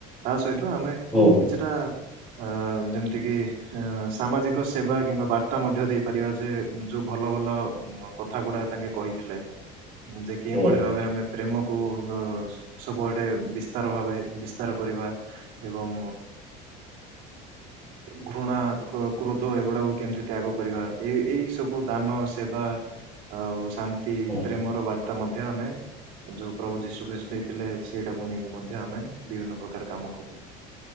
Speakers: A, on the right; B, in the centre.
A: ତା ସହିତ ଆମେ
B: ହଁ।
A: କିଛିଟା ଆ ଯେମିତିକି ସାମାଜିକ ସେବା କିମ୍ବା ବାର୍ତ୍ତା ମଧ୍ୟ ଦେଇପାରିବା ଯେ ଯୋଉ ଭଲ ଭଲ କଥା ଗୁଡା ତାଙ୍କେ କହିଥିଲେ। ଯେ କେଉଭଳି
B: ହୁଁ
A: ଭାବେ ଆମେ ପ୍ରେମକୁ ହ ସ ସବୁଆଡ଼େ ବିସ୍ତାର ଭାବେ ବିସ୍ତାର କରିବା ଏବଂ। ଘୃଣା କ୍ରୋ କ୍ରୋଧ ଏଗୁଡ଼ାକୁ କେମିତି ତ୍ୟାଗ କରିବା ଏଇ ଏଇ ସବୁ ଦାନ ସେବା ଆଉ ଶାନ୍ତି
B: ହୁଁ
A: ପ୍ରେମର ବାର୍ତା ମଧ୍ୟ ଆମେ ଯୋଉ ପ୍ରଭୁ ଯୀଶୁକୃଷ୍ଣ ଦେ ଥିଲେ ସେଇଟାକୁ ନେଇକି ମଧ୍ୟ ଆମେ ବିଭିନ୍ନ ପ୍ରକାର କାମ କରୁ।